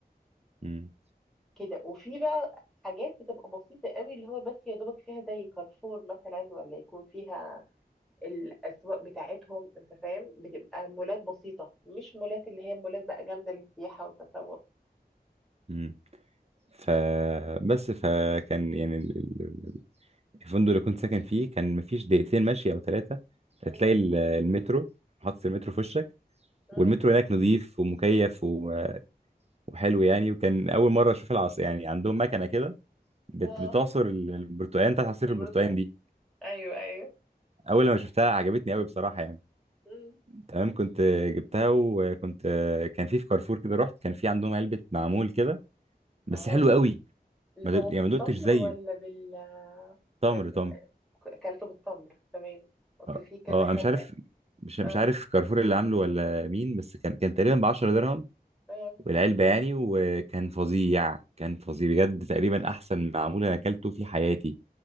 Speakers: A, on the right (about 40°); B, in the centre.
A: امم
B: كده وفي بقى حاجات بتبقى بسيطة قوي اللي هو بس يا دوبك فيها زي كارفور مثلا ولا يكون فيها الأسواق بتاعتهم انت فاهم بتبقى مولات بسيطة مش مولات اللي هي مولات بقى جامدة للسياحة والتسوق
A: امم ف بس فكان يعني ال- ال- ال- الفندق اللي كنت ساكن فيه كان مفيش دقيقتين مشي او ثلاثه هتلاقي
B: مم،
A: ال- المترو حاطط المترو في وشك
B: مم.
A: والمترو هناك نظيف ومكيف و- وحلو يعني وكان اول مره اشوف العصر يعني عندهم مكنه كده بت-
B: اه
A: بتعصر ال- البرتقال بتاعت عصير
B: البرد
A: البرتقال
B: آه،
A: دي
B: ايوه ايوه
A: اول لما شفتها عجبتني قوي بصراحه يعني
B: مم.
A: تمام كنت جبتها وكنت كان في في كارفور كده رحت كان في عندهم علبه معمول كده بس
B: اه
A: حلو قوي
B: اللي
A: ما
B: هو
A: دقت
B: بالتمر
A: يعني ما دقتش زيه
B: ولا بال
A: تمر
B: كان
A: تمر
B: اكلته بالتمر تمام اصل
A: اه
B: في كذا
A: آه،
B: حاجة
A: انا مش عارف مش مش
B: اه
A: عارف كارفور اللي عامله ولا مين بس كان كان تقريبا ب 10 درهم
B: آه.
A: والعلبه يعني وكان فظيع كان فظيع بجد تقريبا احسن معمول انا اكلته في حياتي